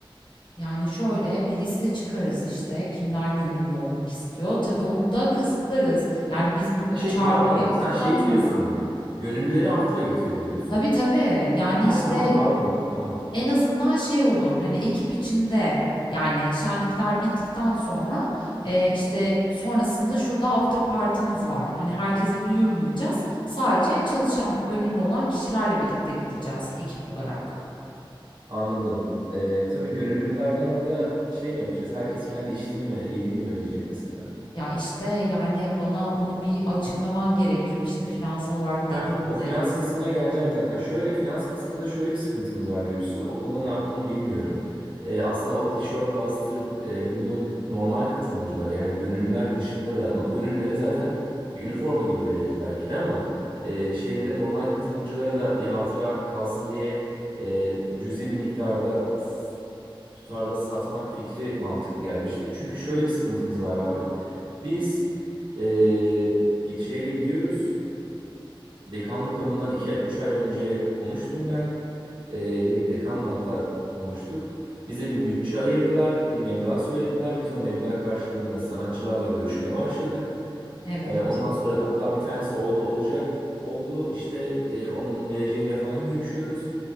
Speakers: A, on the left; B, on the right.
A: Yani şöyle bir liste çıkarız işte kimler gönüllü olmak istiyor. Tabii onu da kısıtlarız. Yani biz bunu
B: Ha şey
A: çağrıları
B: pardon
A: yaptıktan
B: sen şey
A: sonra
B: diyorsun. Gönüllüleri after'a götürelim diyorsun.
A: tabii tabii yani
B: Ha
A: işte
B: tamam pardon tamam
A: en azından şey olur hani ekip içinde yani şenlikler bittikten sonra e, işte sonrasında şurada after partimiz var. Hani herkese duyurmayacağız. Sadece çalışan gönüllü olan kişilerle birlikte gideceğiz ekip olarak.
B: anladım. Ee, tabii gönüllülerden orada şey mi yapacağız? Herkes kendi içtiğini mi yediğini mi ödeyecek mesela?
A: Ya işte yani bana onu bir açıklaman gerekiyor işte finansal olarak ne
B: Heh,
A: durumdayız.
B: o finans kısmına geleceğim zaten. Şöyle finans kısmında şöyle bir sıkıntımız var Göksu. O konuda ne yapalım bilmiyorum. Ee, aslında o tişört bastırıp e, bunu normal katılımcılara yani gönüllüler dışında da no- gönüllülere zaten bir üniforma gibi vereceğiz belki de ama e, şeylere normal katılımcılara da bir hatıra kalsın diye e, cüzi bir miktarda s- tutarda satmak fikri mantıklı gelmişti. Çünkü şöyle bir sıkıntımız var abi. Biz e, git- şeyde gidiyoruz. Dekanlıkla bundan 2 3 ay önce konuştum ben. Ee, direkt dekanla hatta konuştuk. Bize bir bütçe ayırdılar, bir meblağ söylediler. Biz o meblağ karşılığında sanatçılarla görüşmeye başladık.
A: Evet.
B: Ee, ondan sonra hatta bir tanesi oldu olacak oldu. İşte e, onun menajeriyle falan görüşüyoruz.